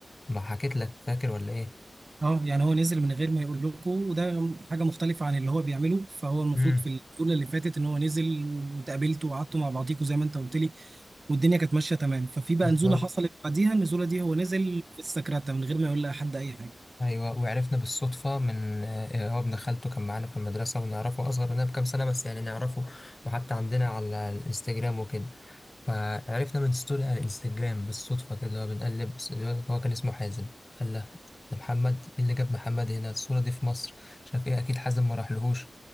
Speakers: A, on the left; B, on the right.
A: ما حكيت لك فاكر ولا ايه
B: اه يعني هو نزل من غير ما يقول لكم وده حاجه مختلفه عن اللي هو بيعمله فهو المفروض
A: امم
B: في الجوله اللي فاتت ان هو نزل واتقابلتوا وقعدتوا مع بعضيكوا زي ما انت قلت لي والدنيا كانت ماشيه تمام ففي بقى
A: بالظبط
B: نزوله حصلت بعديها النزوله دي هو نزل في السكرته من غير ما يقول لأحد اي حاجه
A: ايوه وعرفنا بالصدفه من آه، هو ابن خالته كان معانا في المدرسه ونعرفه اصغر مننا بكام سنه بس يعني نعرفه وحتى عندنا على الانستجرام وكده فعرفنا من ستوري على الانستجرام بالصدفة كده اللي هو بنقلب بس- اللي هو كان اسمه حازم قال له ده محمد ايه اللي جاب محمد هنا الصورة دي في مصر مش عارف ايه اكيد حازم ما راحلهوش